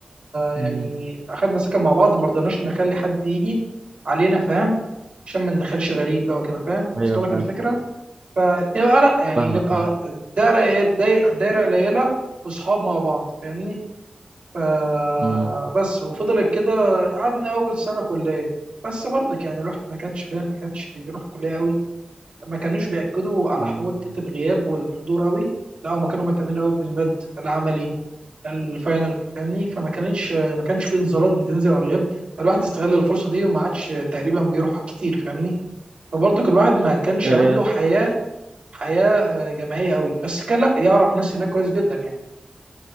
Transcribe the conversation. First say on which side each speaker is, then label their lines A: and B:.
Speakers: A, on the right; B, on the right.
A: يعني
B: امم
A: اخدنا سكن مع بعض ما رضناش نخلي حد يجي علينا فاهم عشان ما ندخلش غريب بقى وكده فاهم وصل
B: ايوه فاهم
A: لك الفكره فنبقى لا يعني
B: فاهمك
A: نبقى
B: اه
A: دايره داي- دايره قليله واصحاب مع بعض فاهمني فبس
B: امم
A: وفضلت كده قعدنا اول سنه كليه بس برضك يعني الواحد ما كانش فاهم ما كانش بيروح كليه قوي ما كانوش بياكدوا على
B: مم.
A: حته الغياب والحضور قوي لا هم كانوا مهتمين قوي بالمد العملي الفاينل فاهمني فما كانتش ما كانش في انذارات بتنزل على الغياب فالواحد استغل الفرصه دي وما عادش تقريبا بيروح كتير فاهمني فبرضك الواحد ما كانش
B: آه،
A: عنده حياه حياه آه، جماعيه قوي بس كان لا يعرف ناس هناك كويس جدا يعني